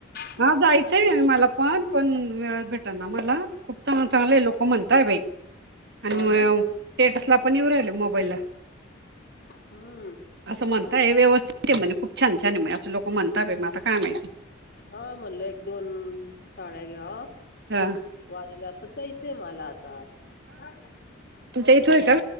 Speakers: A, on the left; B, on the right.
A: हम्म
B: हा जायचंय मला पण पण वेळ भेटन मला खूप चांगला चांगलं आहे लोक म्हणताय बाई आणि
A: हो
B: म
A: ना
B: स्टेटस ला पण येऊ राहिल मोबाईलला
A: हम्म
B: असं
A: खूपच
B: म्हणताय व्यवस्थित आहे म्हणे खूप छान छान आहे असं लोक म्हणतात मग आता काय माहिती आहे
A: हा म्हटलं एक दोन साड्या घ्यावा
B: हा
A: वारीला जायचंय मला आता हा
B: तुमच्या इथं आहे का